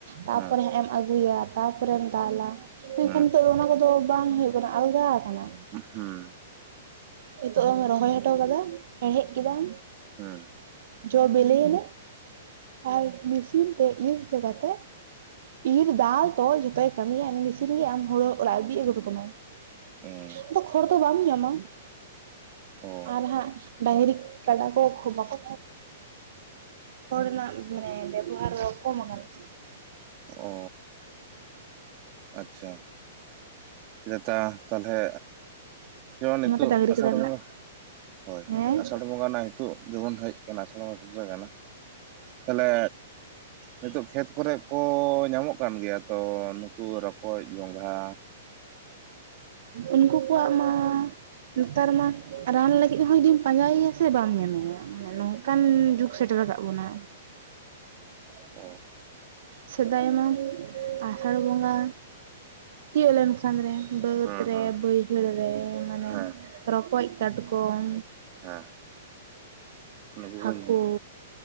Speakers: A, on the right (about 65°); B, on the right (about 40°).
A: ᱛᱟᱯᱚᱨᱮ
B: ᱦᱮᱸ
A: ᱦᱟᱸᱜ ᱮᱢ ᱟᱹᱜᱩᱭᱟ ᱛᱟᱯᱚᱨᱮᱢ ᱫᱟᱞᱟ ᱢᱮᱱᱠᱷᱟᱱ
B: ᱦᱮᱸ
A: ᱱᱤᱛᱚᱜ ᱫᱚ ᱚᱱᱟ ᱠᱚᱫᱚ ᱵᱟᱝ ᱦᱩᱭᱩᱜ ᱠᱟᱱᱟ ᱟᱞᱜᱟ ᱠᱟᱱᱟ
B: ᱦᱩᱸ
A: ᱱᱤᱛᱚᱜ ᱮᱢ ᱨᱚᱦᱚᱭ ᱦᱚᱴᱚ ᱠᱟᱫᱟ ᱦᱮᱲᱦᱮᱫ ᱠᱮᱫᱟᱢ
B: ᱦᱩᱸ
A: ᱡᱚ ᱵᱤᱞᱤᱭᱮᱱᱟ ᱟᱨ ᱢᱮᱥᱤᱱ ᱛᱮ ᱤᱨ ᱦᱚᱪᱚ ᱠᱟᱛᱮᱫ ᱤᱨ ᱫᱟᱞ ᱛᱚᱞ ᱡᱷᱚᱛᱚᱭ ᱠᱟᱹᱢᱤᱭᱟ ᱩᱱᱤ ᱢᱮᱥᱤᱱ ᱜᱮ ᱟᱢ ᱦᱳᱲᱳ ᱚᱲᱟᱜ ᱤᱫᱤ ᱟᱹᱜᱩ ᱦᱚᱴᱚ ᱠᱟᱢᱟᱭ
B: ᱦᱩᱸ
A: ᱟᱫᱚ ᱠᱷᱚᱲ ᱫᱚ ᱵᱟᱢ ᱧᱟᱢᱟ
B: ᱚ
A: ᱟᱨ ᱦᱟᱸᱜ ᱰᱟᱝᱨᱤ ᱠᱟᱰᱟ ᱠᱚ ᱠᱷᱩ ᱵᱟᱠᱚ ᱦᱚᱲ ᱨᱮᱱᱟᱜ ᱢᱟᱱᱮ ᱵᱮᱵᱚᱦᱟᱨ ᱫᱚ ᱠᱚᱢ ᱟᱠᱟᱱᱟ
B: ᱚ ᱟᱪᱪᱷᱟ ᱪᱮᱛᱟ ᱛᱟᱦᱚᱞᱮ ᱡᱮᱢᱚᱱ ᱱᱤᱛᱳᱜ
A: ᱚᱱᱟᱛᱮ ᱰᱟᱝᱨᱤ
B: ᱟᱥᱟᱲ
A: ᱠᱟᱰᱟ
B: ᱵᱚᱸᱜᱟ
A: ᱨᱮᱱᱟᱜ
B: ᱦᱳᱭ ᱦᱳᱭ
A: ᱦᱮᱸ
B: ᱟᱥᱟᱲ ᱵᱚᱸᱜᱟ ᱨᱮᱱᱟᱜ ᱱᱤᱛᱳᱜ ᱡᱮᱢᱚᱱ ᱦᱮᱡ ᱟᱠᱟᱱᱟ ᱟᱥᱟᱲ ᱦᱚ ᱥᱮᱴᱮᱨ ᱠᱟᱱᱟ ᱛᱟᱦᱚᱞᱮ ᱱᱤᱛᱳᱜ ᱠᱷᱮᱛ ᱠᱚᱨᱮ ᱠᱚ ᱧᱟᱢᱚᱜ ᱠᱟᱱ ᱜᱮᱭᱟ ᱛᱚ ᱱᱩᱠᱩ ᱨᱚᱠᱚᱡ ᱜᱚᱸᱝᱜᱷᱟ
A: ᱩᱱᱠᱩ ᱠᱚᱣᱟᱜ ᱢᱟ ᱱᱮᱛᱟᱨ ᱢᱟ ᱨᱟᱱ ᱞᱟᱹᱜᱤᱫ ᱦᱚᱸ ᱡᱩᱫᱤᱢ ᱯᱟᱸᱡᱟᱭᱮᱭᱟ ᱥᱮ ᱵᱟᱢ ᱧᱟᱢᱮᱭᱟ ᱢᱟᱱᱮ ᱱᱚᱝᱠᱟᱱ ᱡᱩᱜᱽ ᱥᱮᱴᱮᱨ ᱟᱠᱟᱫ ᱵᱚᱱᱟ
B: ᱠᱚ
A: ᱥᱮᱫᱟᱭ ᱢᱟ ᱟᱥᱟᱲ ᱵᱚᱸᱜᱟ ᱛᱤᱭᱳᱜ ᱞᱮᱱᱠᱷᱟᱱ ᱨᱮ ᱵᱟᱹᱫᱽ
B: ᱦᱮᱸ
A: ᱨᱮ
B: ᱦᱮᱸ
A: ᱵᱟᱹᱭᱦᱟᱹᱲ ᱨᱮ ᱢᱟᱱᱮ
B: ᱦᱮᱸ
A: ᱨᱚᱠᱚᱡ ᱠᱟᱴᱠᱚᱢ
B: ᱦᱮᱸ ᱱᱩᱠᱩ ᱠᱚ
A: ᱦᱟᱹᱠᱩ
B: ᱱᱩᱠᱩ